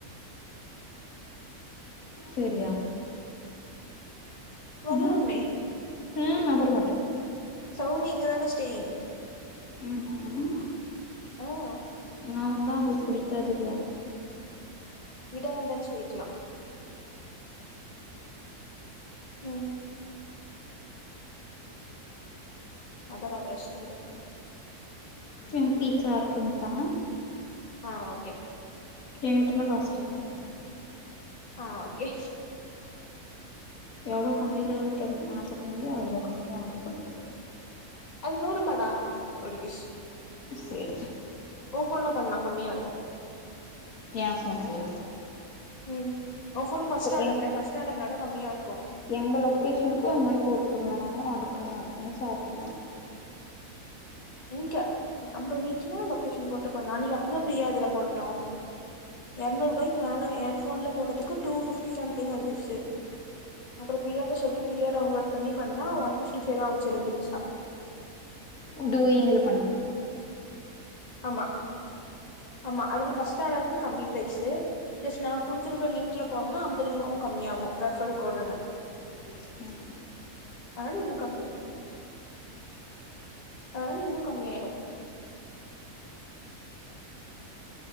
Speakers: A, on the left; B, on the left.
A: சரியா
B: வர்லாமே
A: ம் ம் அப்புறோ மாட்ட
B: சௌமி இங்கதான ஸ்டெயின்
A: ம்ஹூம்
B: ஆமா
A: நா வந்தா அவங்களுக்கு பிடிக்காதுல்ல
B: விட வந்தனு சொல்லிக்கலா ம் அதரா பிரஷ்னல்ல
A: ம் பீட்சா ஆர்டர் பண்ணி தா
B: ஆ ஓகே
A: ஏ கிட்டள்ள காசு கேக்க கூடாது
B: ஆ ஓகே
A: எவ்ளோ கம்மில இருக்றது ஆர்டர் பண்ணுவியோ அவ்வளவு கம்மியா ஆர்டர் பண்ணிக்கோ
B: அது நூறுபா டா ஒரு பிஸ்
A: சேரி
B: ஓ போன்ல பண்ணலா கம்மியா எடுக்கு
A: ஏ போன்லய
B: ம் ஓ போன்ல பஸ்ட்டு ஆடர்ல
A: எங்
B: பஸ்ட்டு ஆர்டர்னால கம்மியா இருக்கு
A: எங்க லொக்கேஷனுக்கு அந் மாரி போட்டு குடுங்க நானு ஆர்டரு பண்ணி ஆர்டரு பண்ணி சாப்புடுவே
B: இங்க நம்ம வீட்ல லொக்கேஷன் போட்டுபோல்ல அன்னிக்கி அப்டிதா பிரியாதுல போட்டோ எறணுறு ரூபாய்கு மேல ஏ போன்ல போட்டதுக்கு டூபிப்டி சம்திங் வந்துச்சு அப்புற பிரியா ட சொல்லி பிரியா டவுன்லோட் பண்ணி பண்ணா ஒன்பிப்டி செதா வந்துச்சு ரெண்டு பீசா <inaudible>
A: டூயிங்க்ல பண்ணீங்களா
B: ஆமா ஆமா அதுல பர்ஸ்ட் ஆடர்க்கு கம்மி பிரைஸு ப்ளஸ் நா குடுத்துருக்க லிங்க்ல போனா அம்பது ரூபாவும் கம்மி ஆகும் பெஷல் கோடுன்னு
A: ம்
B: அதாது இன்னு கம்மியாயிடும் அதாது இன்னும் கம்மியாயிடு